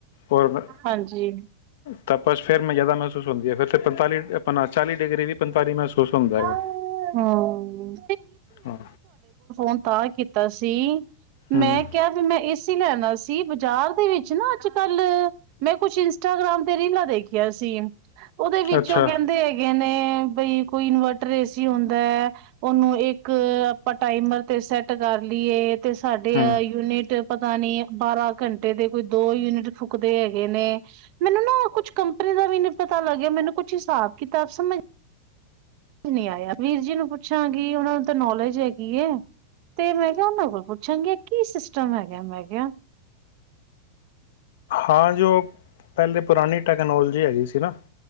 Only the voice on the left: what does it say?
ਔਰ
ਤਪਸ ਫੇਿਰ ਮੈਂ ਜ਼ਿਆਦਾ ਮਹਿਸੂਸ ਹੁੰਦੀ ਹੈ ਫਿਰ ਅਤੇ ਪੰਤਾਲੀ ਆਪ ਚਾਲੀ ਡਿਗਰੀ ਵੀ ਪੰਤਾਲੀ ਮਹਿਸੂਸ ਹੁੰਦਾ ਹੈਗਾ
ਹਾਂ
ਹੂੰ
ਅੱਛਾ
ਹੂੰ
ਹਾਂ ਜੋ ਪਹਿਲੇ ਪੁਰਾਣੀ ਟੈਕਨੋਲੋਜੀ ਹੈਗੀ ਸੀ ਨਾ